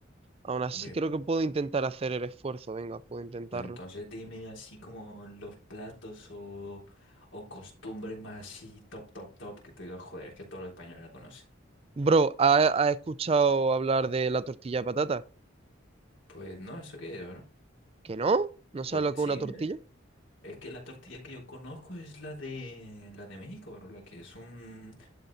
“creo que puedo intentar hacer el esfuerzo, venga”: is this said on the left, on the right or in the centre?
Right